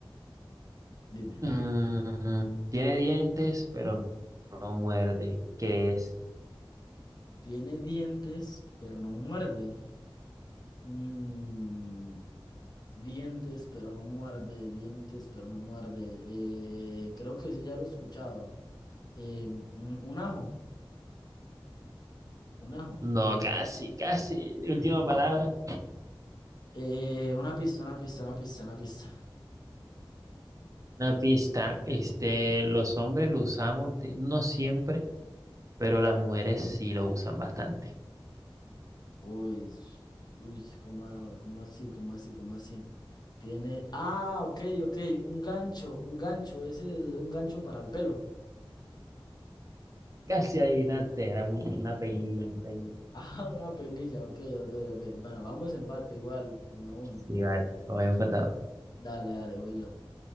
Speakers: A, on the left (about 50°); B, on the right (about 35°).
A: dime.
B: Mm, tiene dientes, pero no, no muerde. ¿Qué es?
A: Tiene dientes, pero no muerde. Mm, Dientes, pero no muerde, dientes, pero no muerde. Eh, creo que ese ya lo he escuchado. Eh, un, un ajo, un ajo.
B: No, casi, casi. Última palabra.
A: Eh, una pista, una pista, una pista, una pista.
B: Una pista. Este, los hombres lo usamos de- no siempre, pero las mujeres sí lo usan bastante.
A: Uy, s- uy, ¿cómo, cómo así, cómo así, cómo así? Tiene. Ah, ok, ok, un gancho, un gancho, ese es un gancho para el pelo.
B: Casi adivinaste, era un- una peinilla, un peine.
A: Ah, <laughs> una peinilla, ok, ok, ok. Bueno, vamos empate igual, uno a uno.
B: Sí, vale, voy empatado.
A: Dale, dale, voy yo.